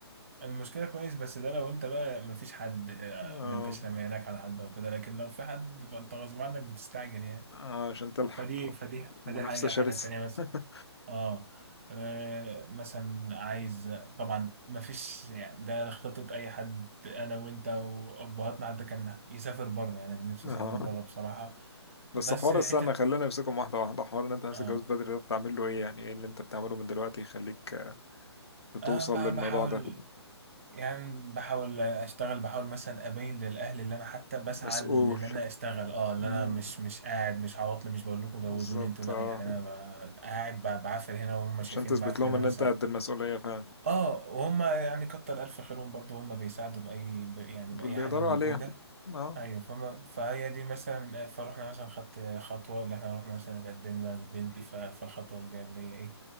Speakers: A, on the right; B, on the left.
A: المشكلة كويس بس ده لو انت بقى مفيش حد آه،
B: آه،
A: ما انتش رميانك على حد او كده لكن لو في حد فانت غصب عنك بتستعجل يعني
B: آه، عشان تلحق
A: فدي فدي فدي
B: منافسة
A: حاجة
B: شرسة
A: الحاجة التانية بس
B: <laughs>
A: اه آه، مثلا عايز طبعا ما فيش يعني ده خطة اي حد انا وانت وابهاتنا حتى كان يسافر بره يعني انا نفسي
B: اه
A: اسافر بره بصراحة
B: بس
A: بس
B: حوار
A: حتة
B: السنة خلينا نمسكهم واحدة واحدة حوار ان انت نفسك
A: اه
B: تتجوز بدري ده بتعمل له ايه يعني ايه اللي انت بتعمله من دلوقتي يخليك بتوصل
A: انا
B: للموضوع
A: ب- بحاول
B: ده
A: يعني بحاول اشتغل بحاول مثلا ابين للاهل اللي انا حتى بسعى
B: مسؤول
A: اللي انا اشتغل اه اللي
B: امم
A: انا مش مش قاعد مش عواطلي مش بقول لكم جوزوني
B: بالظبط
A: انتوا لا
B: اه
A: يعني انا ب- قاعد ب- بعافر هنا وهم
B: عشان
A: شايفيني
B: تثبت
A: بعافر
B: لهم
A: هنا
B: ان
A: مثلا
B: انت قد المسؤولية فعلا
A: اه وهم يعني كتر الف خيرهم برضو هم بيساعدوا باي ب- يعني باي
B: واللي
A: حاجه
B: يقدروا
A: موجوده
B: عليها اه
A: ايوه فما فهي دي مثلا فروحنا مثلا خدت خطوه اللي احنا رحنا مثلا اتقدمنا للبنت ف- فالخطوه الجايه اللي هي ايه